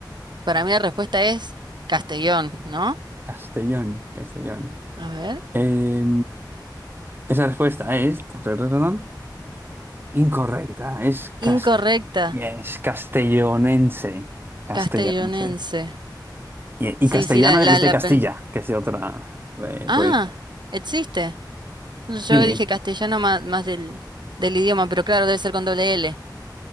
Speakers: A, on the right (about 75°); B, on the right (about 30°).
A: para mí la respuesta es Castellón, ¿no?
B: Castellón, Castellón.
A: A ver.
B: Eh, esa respuesta es tarararán, incorrecta. Es cast-
A: Incorrecta,
B: yes, castellonense. Castellonense.
A: castellonense.
B: Y,
A: Sí,
B: y castellano
A: sí, la,
B: es
A: la,
B: de
A: la
B: Castilla,
A: pens-
B: que es de otra eh,
A: Ah,
B: provincia.
A: existe. Yo
B: Sí,
A: dije castellano más, más del, del idioma, pero claro, debe ser con doble L.